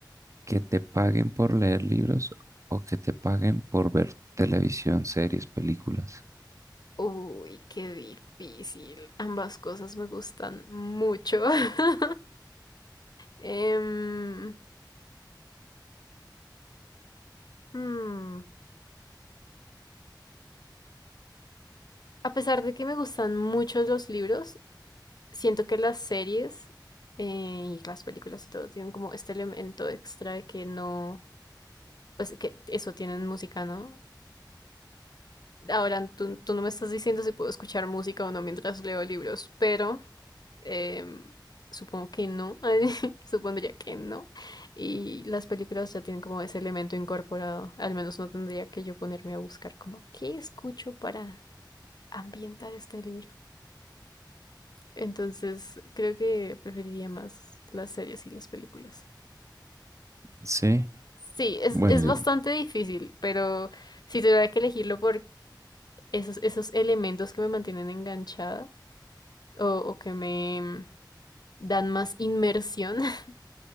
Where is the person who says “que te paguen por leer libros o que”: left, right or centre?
Right